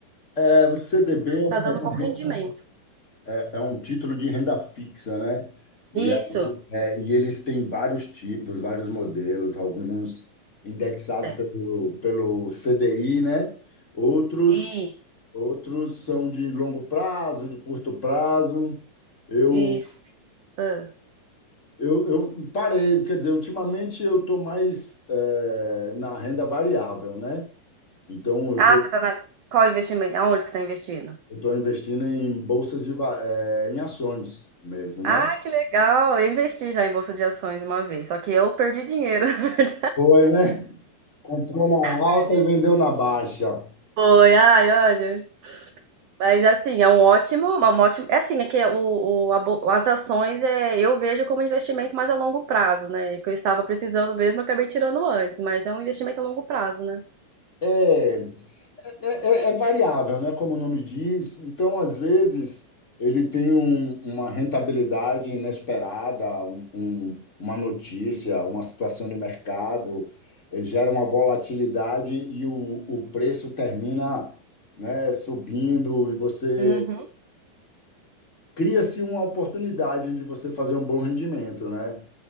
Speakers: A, on the left (about 20°); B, on the right (about 85°).
A: é, o CDB é uma,
B: tá dando
A: é uma
B: bom rendimento.
A: é é um título de renda fixa, né? E,
B: Isso,
A: é, e eles têm vários tipos, vários modelos, alguns indexados
B: tem.
A: pelo, pelo CDI, né? Outros,
B: Isso,
A: outros são de longo prazo, de curto prazo. Eu,
B: isso. Ah,
A: eu, eu parei, quer dizer, ultimamente eu estou mais eh, na renda variável, né? Então eu
B: Ah,
A: estou
B: você tá na, qual investimento? Aonde que você tá investindo?
A: eu tô investindo em bolsas de, va- eh, em ações mesmo, né?
B: Ah, que legal! Eu investi já em bolsa de ações uma vez, só que eu perdi dinheiro. <laughs>
A: Foi, né? Comprou na alta
B: Perdi.
A: e vendeu na baixa.
B: Foi, ai, olha. Mas assim, é um ótimo, uma ótima. É assim, é que o, o- a bo- as ações é, eu vejo como investimento mais a longo prazo, né? Que eu estava precisando mesmo, eu acabei tirando antes, mas é um investimento a longo prazo, né?
A: É, é, é- é variável, né? Como o nome diz. Então, às vezes, ele tem um- uma rentabilidade inesperada, um- um- uma notícia, uma situação de mercado, eh, gera uma volatilidade e o, o preço termina, né, subindo e você
B: Uhum.
A: cria-se uma oportunidade de você fazer um bom rendimento, né?